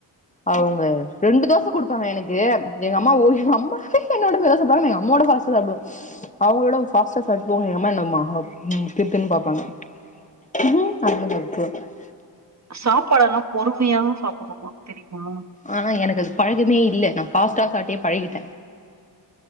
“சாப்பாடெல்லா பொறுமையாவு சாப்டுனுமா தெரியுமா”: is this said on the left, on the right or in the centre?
Right